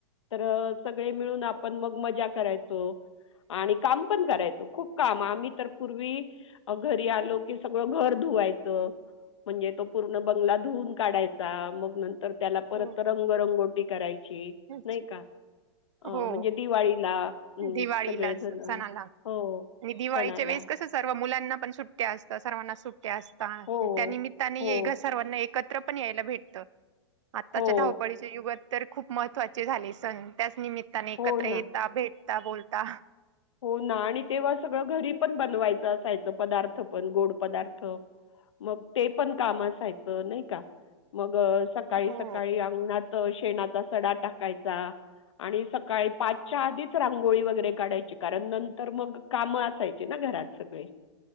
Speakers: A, on the left; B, on the right.
A: हो सगळे मिळून आपण मग मज्जा करायचो. आणि काम पण करायचो. खूप काम. आम्ही तर पूर्वी घरी आलो की. सगळ घर धुवायच म्हणजे तो पूर्ण बंगला धूवून काढायचा. मग नंतर त्याला परत
B: हो हो
A: रंगरंगोटी करायची. ची.
B: अच्छा.
A: नाही का? अ
B: हो
A: म्हणजे दिवाळीला हं,
B: दिवाळीला
A: सगळेजण
B: सणाला.
A: हो
B: आणि दिवाळीच्या
A: सणाला
B: वेळेस कस सर्व मुलांना पण सुट्ट्या असता. सर्वांना सु ट्या. असता
A: हो
B: त्या निमित्ताने
A: हो
B: ए सर्वांना एक एकत्र पण यायला भेटत. आत्ताच्या
A: हो
B: धावपळीच्या युगात तर खूप महत्त्वाचे झाले सण. त्याच निमित्त नी एकत्र
A: हो
B: येेता,
A: ना
B: भेट त्या बोलता
A: हो ना आणि तेव्हा सगळं घरी पण बनवायचं असायचं, पदार्थ पण गोड पदार्थ मग ते पण काम असायचं, नाही का मग? ग सकाळी
B: हो
A: सकाळी अंगणात त अ शेणाचा सडा टाकायचा आणि सकाळी पाचच्या आधीच रांगोळी वगैरे काढायची. कारण नंतर मग, काम असायची ना घरात सगळे.